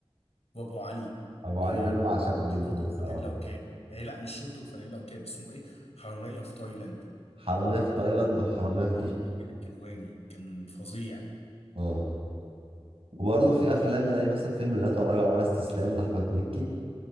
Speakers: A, on the left; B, on the right.
A: وابو علي
B: ابو
A: وشورت
B: علي ده انا بعشقه جدا
A: وفانيلا
B: الصراحه
A: وكاب آه لا مش شورت وفانيلا وكاب اسمه ايه حرامية في تايلاند
B: حرامية في تايلاند وحرامية في كيجي
A: هو ماجد الكدواني كان فظيع
B: اه وبرضه في افلام زي مثلا فيلم لا تراجع ولا استسلام لاحمد مكي